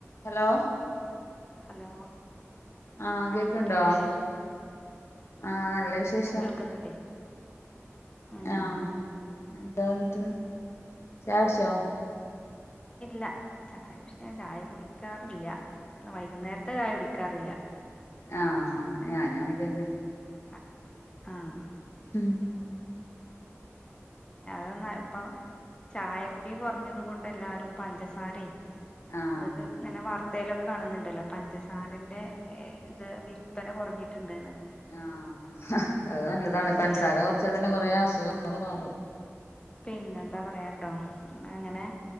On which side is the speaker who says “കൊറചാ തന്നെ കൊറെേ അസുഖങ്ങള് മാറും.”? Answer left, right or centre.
Left